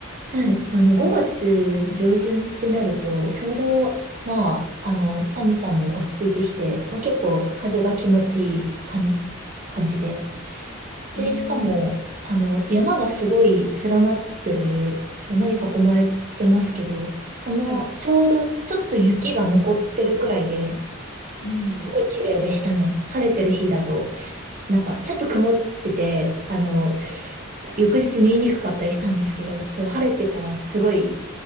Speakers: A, on the right; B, on the left.
A: はい。あの、5月上旬ってなると、ちょうど、まあ、あの、寒さも落ち着いてきて、まあ、結構風が気持ちいい感感じで。で、
B: ええ
A: しかも、あの、山がすごい連なってる、山に囲まれてますけど、その、
B: はい。
A: ちょうどちょっと雪が残ってるくらいで、
B: うん。
A: すごい綺麗でしたね。晴れてる日だと、なんか、ちょっと曇ってて、あの、翌日見えにくかったりしたんですけど、そう、晴れてたらすごい、